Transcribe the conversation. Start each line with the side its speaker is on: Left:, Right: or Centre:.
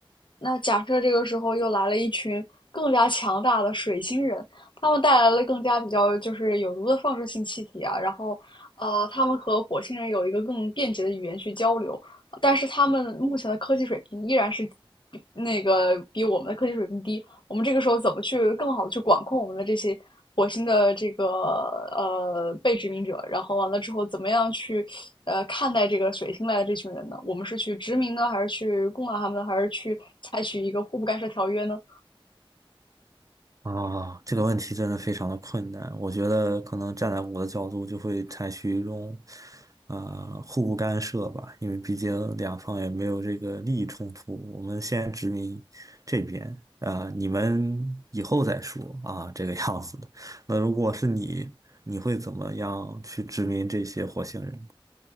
Left: 那假设这个时候又来了一群更加强大的水星人，他们带来了更加比较就是有毒的放射性气体啊，然后呃，他们和火星人有一个更便捷的语言去交流，但是他们目前的科技水平依然是比那个比我们的科技水平低，我们这个时候怎么去更好的去管控我们的这些火星的这个呃被殖民者？然后完了之后，怎么样去呃看待这个水星来的这群人呢？我们是去殖民呢，还是去攻打他们呢，还是去采取一个互不干涉条约呢？
Right: 啊，这个问题真的非常的困难。我觉得可能站在我的角度，就会采取一种啊、呃互不干涉吧，因为毕竟两方也没有这个利益冲突。我们先殖民这边啊、你们以后再说啊，这个样子的。那如果是你，你会怎么样去殖民这些火星人？